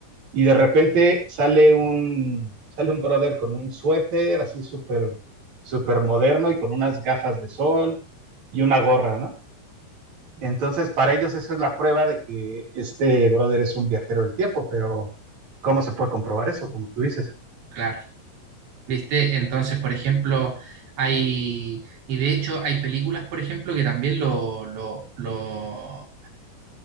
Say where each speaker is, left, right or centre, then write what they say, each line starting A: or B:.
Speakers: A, on the right (about 50°); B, on the right (about 85°).
A: y de repente sale un, sale un brother con un suéter así súper súper moderno y con unas gafas de sol y una gorra, ¿no? Entonces, para ellos eso es la prueba de que este brother es un viajero del tiempo, pero ¿cómo se puede comprobar eso? Como tú dices.
B: claro, ¿viste? Entonces, por ejemplo, hay, y de hecho hay películas, por ejemplo, que también lo, lo, lo